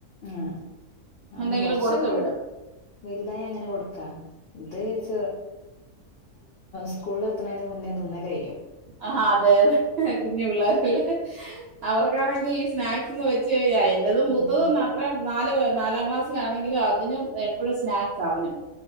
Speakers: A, on the left (about 80°); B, on the right (about 75°).
A: ആ അതിന്
B: എന്തെങ്കിലും
A: കൊറച്ചൊക്കെ
B: കൊടുത്തു
A: വീണ്
B: വിടും
A: വ ഇ അങ്ങനെ കൊടുക്കാ ഇത് സ്കൂളിൽ എത്തണതിന് മുന്നേ തിന്നല് കഴിയും.
B: ആ അതെ അതെ കുഞ്ഞു പിള്ളേരല്ലേ അവർക്കാണെങ്കിൽ ഈ സ്നാക്സ് ചെയ്യ എന്റേത് മൂത്തത്
A: ഉം
B: മാത്രം നാല് നാലാം ക്ലാസ്സിലാണെങ്കിലും അതിനും എപ്പഴും സ്നാക്സാ അവനും